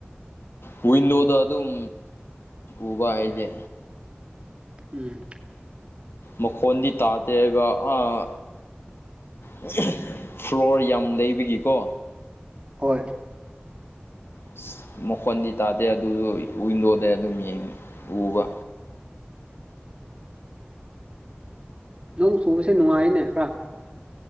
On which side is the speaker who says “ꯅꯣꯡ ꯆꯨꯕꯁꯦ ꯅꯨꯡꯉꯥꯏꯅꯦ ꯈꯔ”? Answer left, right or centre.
Right